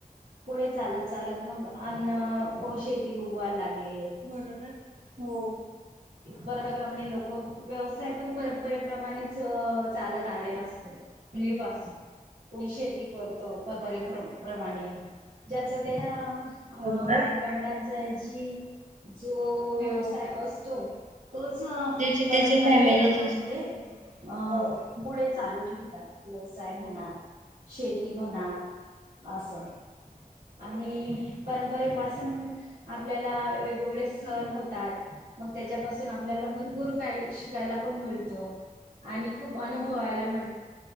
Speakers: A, on the right (about 90°); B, on the right (about 55°).
A: पुढे चालत चालत मग अन्न शेती उगवायला लागले
B: बरोबर हो
A: परप्रमाणे लोक व्यवसाय पण परंपरेप्रमाणेच चालत आलेला असत फ्री पास कोणी शेती करतो बरे प्रमाणे ज्याच त्या
B: बरोबर.
A: वाढवाडलांचा जी जो व्यवसाय
B: हो
A: असतो तोच
B: ज्याचे
A: परंपरप्रमाणे
B: त्याचे फॅमिलीचे
A: ते
B: बरोबर
A: अ
B: हो
A: पुढे चालू ठेवतात व्यवसाय म्हणा शेती म्हणा ना असं आणि परंपरेपासून आपल्याला वेगवेगळे सण होतात मग त्याच्यापासून आपल्याला भरपूर काही शिकायला पण मिळतो आणि खूप अनुभवायला मिळत